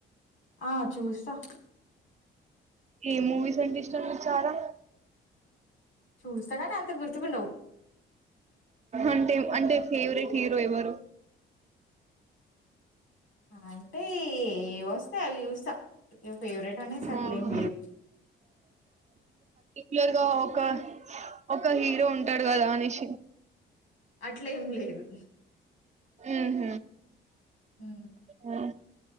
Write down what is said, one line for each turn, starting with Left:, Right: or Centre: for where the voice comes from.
Left: ఆ చూస్తా
Right: ఏ మూవీస్ అంటే ఇష్టం విచారా
Left: చూస్తా కాని అంత గుర్తుకుండవు
Right: అంటే అంటే ఫేవరెట్ హీరో ఎవరు
Left: అంటే ఏ వస్తాయి అవి చూస్తా ఫేవరెట్ రనీసాట్లయం
Right: ఆహా
Left: లలీవ్
Right: క్లర్గా ఒక ఒక హీరో ఉంటాడు కదా అనిష
Left: అట్లే ఏం లేదు
Right: ఉహ
Left: ఉమ్.
Right: ఆ